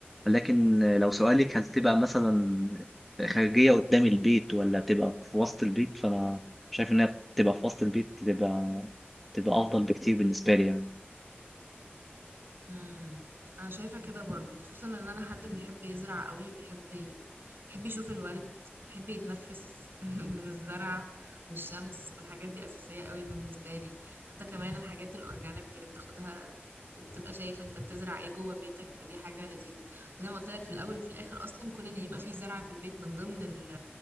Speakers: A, in the centre; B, on the right.
A: ولكن لو سؤالك هل تبقى مثلا خارجية قدام البيت ولا تبقى في وسط البيت فأنا شايف إنها تبقى في وسط البيت تبقى تبقى أفضل بكتير بالنسبة لي يعني
B: امم انا شايفه كده برضو خصوصا ان انا حد بيحب يزرع قوي وبيحب ي- بيحب يشوف الورد بيحب يتنفس <laughs> من الزرع والشمس والحاجات دي اساسيه قوي بالنسبه لي حتى كمان الحاجات الاورجانيك اللي بتاخدها وبتبقى شايف انت بتزرع ايه جوه بيتك فدي حاجه لذيذه وزي ما قلت لك في الاول وفي الاخر اصلا كون ان يبقى في زرع في البيت من ضمن ال-